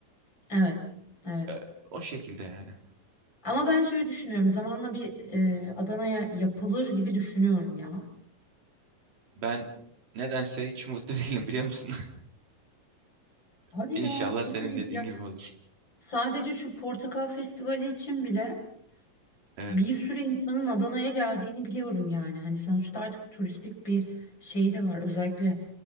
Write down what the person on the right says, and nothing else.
e, o şekilde yani.
Ben nedense hiç mutlu <laughs> değilim biliyor musun? <laughs>
İnşallah
senin
dediğin
gibi olur.
Evet.